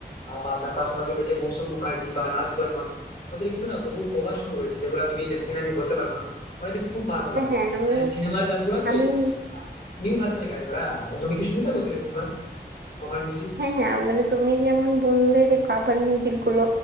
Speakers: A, on the left; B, on the right.
A: আহ, বা তার পাশাপাশি রয়েছে মৌসুম মুখার্জি বা রাজ বর্মন ওদের কিন্তু না বহু কভার সং রয়েছে যেগুলো তুমি দেখো কিনা আমি বলতে পারবো না ওরা কিন্তু খুব ভালো
B: হ্যাঁ
A: গান
B: হ্যাঁ
A: মানে সিনেমার গানগুলোকে
B: আমি আমি
A: নিউ ভার্সনে গাই ওরা প্রথমে কি শুনে থাকো সেরকম গান কভার মিউজিক
B: হ্যাঁ হ্যাঁ মানে তুমি যেমন বললে যে কাভার মিউজিক গুলো